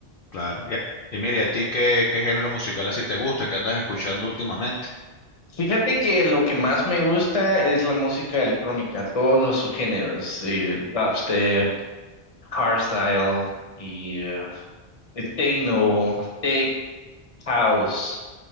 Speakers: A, on the left (about 60°); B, on the left (about 35°).
A: claro. Y, y mire, ¿a ti qué, qué género musical así te gusta, qué andas escuchando últimamente?
B: Fíjate que lo que más me gusta es la música electrónica, todos los subgéneros, eh, dubstep, hardstyle y eh, techno, tech house.